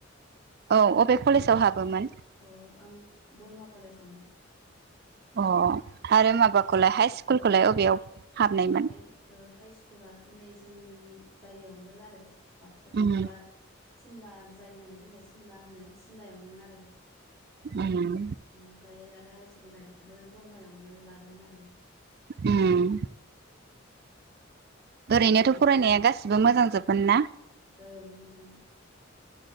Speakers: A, on the right; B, in the centre.
A: औ अबे कलेजाव हाबोमोन
B: औ आं बरमा कलेजावमोन ।
A: अ आरो माबाखौलाय हाइ स्कुलखौलाय अबेयाव। हाबनायमोन
B: ह हाइ स्कुलाथ' नै जोंनि जायगायावनो आरो। बाक्सा
A: उम
B: माबा सिमला जायो नालाय जोंनिया सिमला होनो सिमलायावनोमोन आरो।
A: उम
B: ओमफायो हायार सेकेण्डारिखौबो बरमायावनो लादोंमोन आरो।
A: उम
B: नोंनियालाय
A: ओरैनोथ' फरायनाया गासिबो मोजां जोबगोन ना?
B: ओं मोजां